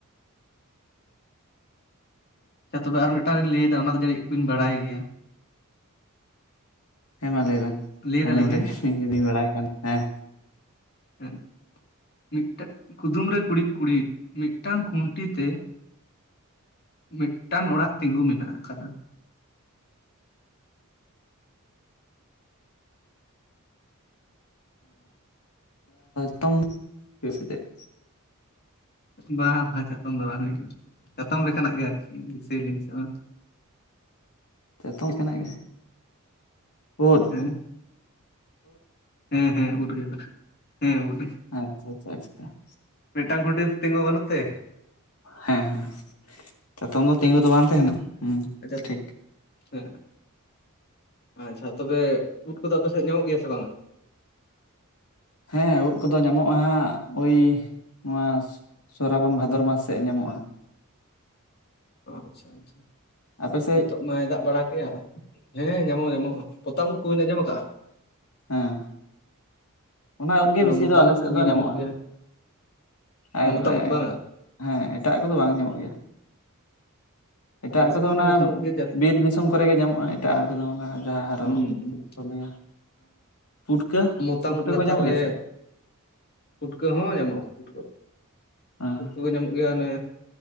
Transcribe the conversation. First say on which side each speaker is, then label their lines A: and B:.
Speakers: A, on the left; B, on the left.
A: ᱛᱚᱵᱮ ᱟᱨ ᱢᱤᱫᱴᱟᱝᱤᱧ ᱞᱟᱹᱭᱮᱫᱟ ᱚᱱᱟ ᱫᱚ ᱡᱤᱡ ᱵᱤᱱ ᱵᱟᱲᱟᱭ ᱜᱮᱭᱟ᱾
B: ᱦᱮᱸ ᱢᱟ ᱞᱟᱹᱭᱵᱱ
A: ᱞᱟᱹᱭ
B: ᱟᱸᱡᱚᱢ
A: ᱫᱟᱞᱤᱧ
B: ᱞᱮ
A: ᱦᱮᱸ
B: ᱤᱧ ᱡᱩᱫᱤᱧ ᱵᱟᱲᱟᱭ ᱠᱷᱟᱱ ᱦᱮᱸ᱾
A: ᱦᱮ ᱢᱤᱫᱴᱟᱝ ᱠᱩᱫᱩᱢ ᱨᱮ ᱠᱩᱲᱤᱫ ᱠᱩᱲᱤᱫ ᱢᱤᱫᱴᱟᱝ ᱠᱷᱩᱱᱴᱤ ᱛᱮ ᱢᱤᱫᱴᱟᱝ ᱚᱲᱟᱜ ᱛᱤᱸᱜᱩ ᱢᱮᱱᱟᱜ ᱟᱠᱟᱫᱟ᱾
B: ᱛᱢᱥ ᱛᱮ <inaudible>
A: ᱵᱟᱝ ᱵᱟᱝ ᱪᱟᱛᱚᱢ ᱫᱚ ᱵᱟᱝ ᱦᱩᱭᱩᱜᱼᱟ ᱪᱟᱛᱚᱢ ᱞᱮᱠᱟᱱᱟᱜ ᱜᱮ ᱟᱨᱠᱤ ᱫᱤᱥᱟᱹᱭ ᱵᱤᱱ ᱥᱮ ᱵᱟᱝ᱾
B: ᱡᱚᱛᱚ ᱠᱟᱱᱟ ᱜᱮ ᱴ <inaudible>
A: ᱦᱮᱸ ᱦᱮᱸ ᱦᱮᱸ ᱩᱰᱟᱹᱭ ᱦᱮᱸ ᱩᱰ᱾
B: ᱟᱪᱪᱷᱟ ᱟᱪᱷᱟ ᱟᱪᱷᱟ᱾
A: ᱢᱤᱫᱴᱟᱝ ᱠᱷᱩᱱᱴᱤ ᱛᱤᱸᱜᱩ ᱵᱟᱹᱱᱩᱜ ᱛᱮ?
B: ᱦᱮᱸ ᱦᱮᱸ ᱪᱟᱛᱚᱢ ᱫᱚ ᱛᱤᱸᱜᱩ ᱫᱚ ᱵᱟᱝ ᱛᱟᱦᱮᱱᱟ᱾ ᱦᱩᱸ
A: ᱟᱡᱟᱜ
B: ᱴᱷᱤᱠ
A: ᱦᱮᱸ ᱟᱪᱪᱷᱟ ᱛᱚᱵᱮ ᱩᱫ ᱠᱚᱫᱚ ᱟᱯᱮ ᱥᱮᱫ ᱧᱟᱢᱚᱜ ᱜᱮᱭᱟ ᱥᱮ ᱵᱟᱝᱟ?
B: ᱦᱮᱸ ᱩᱫ ᱠᱚᱫᱚ ᱧᱟᱢᱚᱜᱼᱟ ᱦᱜ ᱳᱭ ᱱᱚᱣᱟ ᱥᱨᱟᱵᱚᱱ ᱵᱷᱟᱫᱚᱨ ᱢᱟᱥ ᱥᱮᱫ ᱧᱟᱢᱚᱜᱼᱟ᱾
A: ᱟᱪᱪᱷᱟ ᱟᱪᱪᱷᱟ
B: ᱟᱯᱮ ᱥᱮᱫ
A: ᱱᱤᱛᱚᱜ ᱢᱟᱭ ᱫᱟᱜ ᱵᱟᱲᱟ ᱠᱮᱜᱼᱟ ᱦᱮᱸ ᱧᱟᱢᱚᱜ ᱧᱟᱢᱚᱜᱼᱟ᱾ ᱯᱚᱛᱟᱢ ᱩᱫ ᱠᱚᱵᱤᱱ ᱟᱸᱡᱚᱢ ᱟᱠᱟᱫᱼᱟ?
B: ᱦᱮᱸ᱾ ᱚᱱᱟ ᱩᱫ ᱜᱮ ᱵᱮᱥᱤ
A: ᱢᱚᱛᱟᱢ
B: ᱫᱚ ᱟᱞᱮ
A: ᱩᱫ
B: ᱥᱮᱫ
A: ᱠᱚᱜᱮ
B: ᱫᱚ ᱧᱟᱢᱚᱜᱼᱟ
A: ᱧᱟᱢᱚᱜ ᱜᱮᱭᱟ ᱚᱱᱟ
B: ᱟᱨ
A: ᱢᱚᱛᱟᱢ ᱩᱫ
B: ᱮᱴᱟᱜ
A: ᱵᱟᱝᱟ
B: ᱦᱮᱸ ᱮᱴᱟᱜᱟᱜ ᱠᱚᱫᱚ ᱵᱟᱝ ᱧᱟᱢᱚᱜ ᱜᱮᱭᱟ ᱮᱴᱟᱜᱟᱜ
A: ᱟᱞᱮ ᱥᱮᱫ
B: ᱠᱚᱫᱚ
A: ᱦᱚᱸ
B: ᱚᱱᱟ
A: ᱢᱚᱛᱟᱢ ᱩᱫ ᱜᱮ ᱡᱟᱹᱥᱛᱤ
B: ᱵᱤᱨ ᱫᱤᱥᱚᱢ ᱠᱚ ᱠᱚᱨᱮᱜ ᱜᱮ ᱧᱟᱢᱚᱜᱼᱟ ᱮᱴᱟᱜ ᱠᱚᱫᱚ ᱚᱱᱟ ᱡᱟᱦᱟᱸ ᱟᱨᱚ
A: ᱦᱩᱸ
B: ᱪᱮᱫ ᱠᱚ ᱞᱟᱹᱭᱟ ᱯᱩᱴᱠᱟᱹ᱾
A: ᱯᱚᱛᱟᱢ
B: ᱯᱩᱴᱠᱟᱹ
A: ᱩᱫ ᱞᱟᱛᱟᱨ
B: ᱠᱚ ᱧᱟᱢᱚᱜ
A: ᱨᱮ
B: ᱜᱮᱭᱟ ᱥᱮ
A: ᱯᱩᱴᱠᱟᱹ ᱦᱚᱸ ᱧᱟᱢᱚᱜᱼᱟ ᱯᱩᱴᱠᱟᱹ᱾
B: ᱦᱮᱸ
A: ᱯᱩᱴᱠᱟᱹ ᱠᱚᱜᱮ ᱧᱟᱢᱚᱜ ᱜᱮᱭᱟ ᱚᱱᱮ